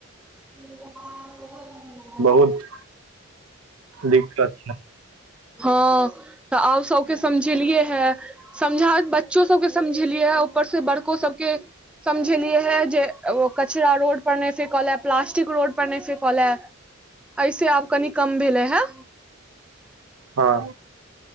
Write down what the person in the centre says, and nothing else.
<unintelligible>
हँ तऽ आब सबके समझेलियै हें समझा बच्चो सबके समझेलियै हें ऊपर से बड़को सबके समझेलियै हें जे त ओ कचरा रोड पर नहि फेकल है प्लास्टिक रोड पर नहि फेक लऽ ऐसे आब कनि कम भेले है